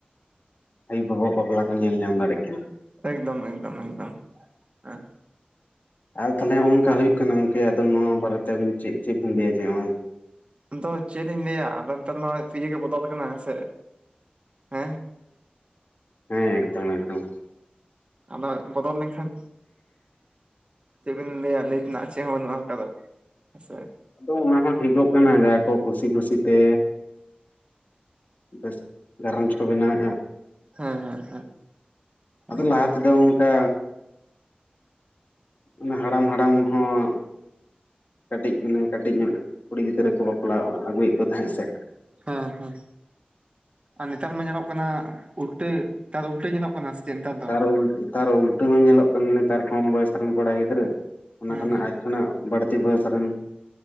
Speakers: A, on the left (about 55°); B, on the right (about 35°).
A: ᱟᱭᱩ ᱵᱟᱵᱟᱭᱟᱜ ᱵᱟᱯᱞᱟ ᱠᱚ ᱧᱮᱞ ᱧᱟᱢ ᱫᱟᱲᱮᱜ ᱠᱟᱱᱟ
B: ᱮᱠᱫᱚᱢ ᱮᱠᱫᱚᱢ ᱮᱠᱫᱚᱢ ᱦᱮᱸ
A: ᱟᱨ ᱛᱟᱞᱦᱮ ᱦᱚᱜᱼᱚᱝᱠᱟ ᱦᱩᱭᱩᱜ ᱠᱟᱱᱟ ᱜᱚᱝᱠᱮ ᱟᱫᱚ ᱱᱚᱣᱟ ᱵᱟᱨᱮᱛᱮ ᱟᱵᱤᱱ ᱪᱮᱜ ᱪᱮᱜ ᱵᱤᱱ ᱞᱟᱹᱭᱟ ᱡᱮ ᱦᱚᱸᱜᱼᱚᱭ
B: ᱟᱫᱚ ᱪᱮᱫ ᱤᱧ ᱞᱟᱹᱭᱟ ᱟᱫᱚ ᱱᱮᱛᱟᱨ ᱢᱟ ᱤᱭᱟᱹ ᱜᱮ ᱵᱚᱫᱚᱞ ᱠᱟᱱᱟ ᱦᱮᱸᱥᱮ ᱦᱮᱸ
A: ᱦᱮᱸ ᱮᱠᱫᱚᱢ ᱮᱠᱫᱚᱢ
B: ᱟᱫᱚ ᱵᱚᱫᱚᱞ ᱞᱮᱝᱠᱷᱟᱱ ᱪᱮᱜ ᱵᱤᱱ ᱞᱟᱹᱭᱟ ᱞᱟᱹᱭ ᱛᱮᱱᱟᱜ ᱪᱮᱜ ᱦᱚᱸ ᱵᱟᱹᱱᱩᱜᱼᱟ ᱚᱝᱠᱟᱫᱚ ᱥᱮ
A: ᱛᱚ ᱚᱱᱟ ᱦᱚᱸ ᱴᱷᱤᱠᱚᱜ ᱠᱟᱱᱟ ᱡᱮ ᱟᱠᱚ ᱠᱩᱥᱤ ᱠᱩᱥᱤᱛᱮ ᱵᱮᱥ ᱜᱟᱨᱚᱸᱡᱽ ᱠᱚ ᱵᱮᱱᱟᱣᱭᱮᱜᱼᱟ
B: ᱦᱮᱸ ᱦᱮᱸ ᱦᱮᱸ
A: ᱞᱟᱦᱟ ᱟᱫᱚ ᱚᱝᱠᱟ ᱚᱱᱟ ᱦᱟᱲᱟᱢ ᱦᱟᱲᱟᱢ ᱦᱚᱸ ᱠᱟᱹᱴᱤᱡ ᱪᱩᱞᱩᱝ ᱠᱟᱹᱴᱤᱡ ᱧᱚᱜ ᱠᱩᱲᱤ ᱜᱤᱫᱽᱨᱟᱹ ᱠᱚ ᱵᱟᱯᱞᱟ ᱟᱹᱜᱩᱭᱮᱜ ᱠᱚ ᱛᱟᱦᱮᱸᱜ ᱥᱮ
B: ᱦᱮᱸ ᱦᱮᱸ ᱟᱨ ᱱᱮᱛᱟᱨ ᱢᱟ ᱧᱮᱞᱚᱜ ᱠᱟᱱᱟ ᱩᱞᱴᱟᱹ ᱱᱮᱛᱟᱨ ᱩᱞᱴᱟᱹ ᱧᱮᱞᱚᱜ ᱠᱟᱱᱟ ᱪᱮᱫ ᱱᱮᱛᱟᱨ ᱫᱚ
A: ᱛᱟᱨ ᱩᱞ ᱛᱟᱨ ᱩᱞᱴᱟᱹ ᱦᱚᱸ ᱧᱮᱞᱚᱜ ᱠᱟᱱᱟ ᱱᱮᱛᱟᱨ ᱠᱚᱢ ᱵᱚᱭᱮᱥ ᱨᱮᱱ ᱠᱚᱲᱟ ᱜᱤᱫᱽᱨᱟᱹ ᱚᱱᱟ
B: ᱦᱮᱸ
A: ᱠᱷᱚᱱᱟᱜ
B: ᱦᱮᱸ
A: ᱟᱡ ᱠᱷᱚᱱᱟᱜ ᱵᱟᱹᱲᱛᱤ ᱵᱚᱭᱮᱥ ᱨᱮᱱ